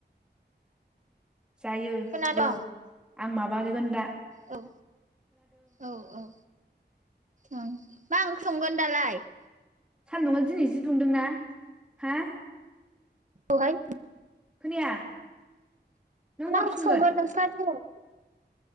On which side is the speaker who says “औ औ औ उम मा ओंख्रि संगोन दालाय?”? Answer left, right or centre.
Right